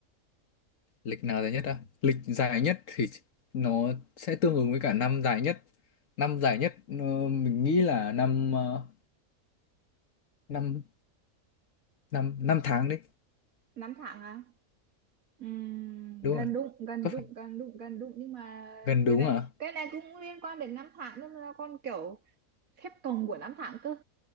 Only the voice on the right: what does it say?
năm tháng à Ừm,
gần
đúng gần
đúng
gần đúng gần đúng nhưng mà
cái này
cái này cũng liên quan đến năm tháng nhưng mà con kiểu phép cộng của năm tháng cơ